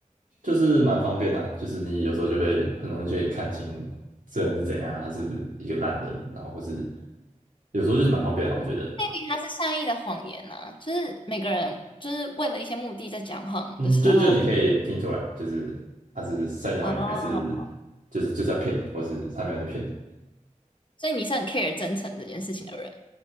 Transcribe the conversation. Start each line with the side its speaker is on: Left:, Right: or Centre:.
Right: 就是蛮方便的啊就是你有时候就会很容易就可以看清这人是怎样啊他是不是一个烂人，然后或是有时候就是蛮方便啊，我觉得，
Left: 那里它是善意的谎言啊。就是每个人就是为了一些目的在讲谎的时候，
Right: 嗯，就就你可以听出来，就是他是善意的谎言，
Left: 哦，
Right: 还是就是就是要骗你，或是他没有在骗你。
Left: 所以你是很 care 真诚这件事情的人，